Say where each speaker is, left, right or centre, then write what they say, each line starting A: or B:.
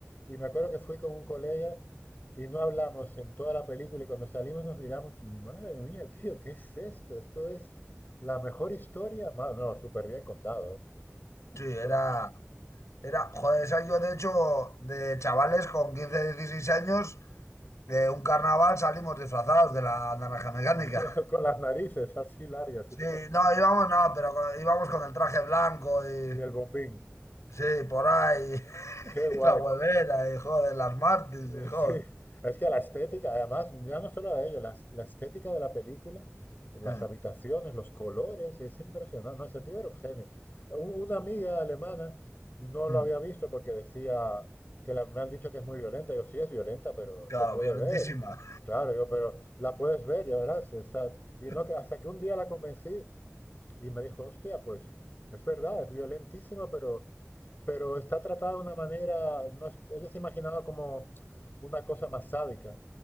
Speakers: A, on the left; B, on the left.
A: Y me acuerdo que fui con un colega Y no hablamos en toda la película y cuando salimos nos miramos, madre mía, tío, ¿qué es esto? Esto es la mejor historia. Ma- no, súper bien contado, ¿eh?
B: Sí, era,
A: Porque
B: era, joder, esa yo de hecho, de chavales con 15 16 años, de un carnaval salimos disfrazados de La Naranja Mecánica.
A: <laughs> con las narices así largas
B: Sí,
A: y, tal,
B: no, íbamos, no, pero íbamos con el traje blanco y
A: y el bombín.
B: sí, por ahí, <laughs>
A: Qué
B: y
A: guay.
B: la huevera y joder, las Martins
A: <laughs>
B: y joder.
A: Sí, es que la estética, además, ya no solo a ello, la, la estética de la película, las
B: <laughs>
A: habitaciones, los colores, es impresionante. No, ese tío era un genio. U- Una amiga alemana no
B: Mm,
A: lo había visto porque decía que la- me han dicho que es muy violenta. Yo, sí, es violenta, pero
B: Claro,
A: se puede
B: violentísima.
A: ver. Claro, yo, pero la puedes ver, ya verás. está- Y
B: <laughs>
A: no, que hasta que un día la convencí, y me dijo, hostia, pues es verdad, es violentísima, pero, pero está tratada de una manera, no es- ella se imaginaba como una cosa más sádica.